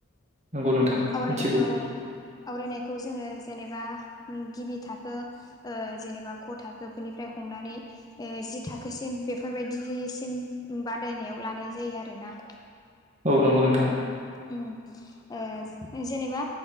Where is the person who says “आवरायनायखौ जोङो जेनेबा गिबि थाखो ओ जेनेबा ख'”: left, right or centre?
Left